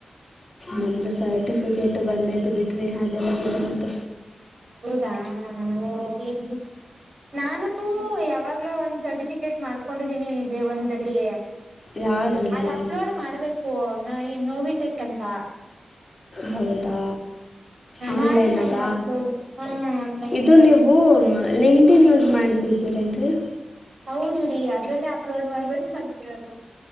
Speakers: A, on the left; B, on the right.
A: ನಮ್ದು ಸರ್ಟಿಫಿಕೇಟ್ ಬಂದೈತು ಬಿಡ್ರಿ ಅದೆಲ್ಲ ಬೇರೆ ಮತ್ತ
B: ಹೌದಾ ಹೋಗ್ಲಿ ಬಿಡಿ ನಾನು ಯಾವಾಗ ಒಂದ್ ಸರ್ಟಿಫಿಕೇಟ್ ಮಾಡ್ಕೊಂಡಿದೀನಿ ಬೇ ಒಂದಲ್ಲಿ
A: ಯಾವುದ್ರಲ್ಲಿ
B: ಅದ್ ಅಪ್ಲೋಡ್ ಮಾಡ್ಬೇಕು ನೋವಿಟೆಕ್ ಅಂತ
A: ಹೌದಾ ಆನ್ಲೈನ್
B: ಮಾಡಿಲ್ಲ
A: ಅಲ್ಲ
B: ಇನ್ನು ಅಪ್ಲೋಡ್ ಹಾ ಆನ್ಲೈನ್
A: ಇದು
B: ಅಲ್ಲೇ
A: ನೀವು ಲಿಂಕ್ ಮತ್ತೇನ ಯೂಸ್ ಮಾಡ್ತಿದ್ದೀರೇನ್ ರೀ
B: ಹೌದು ರೀ ಅದ್ರಲ್ಲೇ ಅಪ್ಲೋಡ್ ಮಾಡ್ಬೇಕು ಅಂತಿರೋದು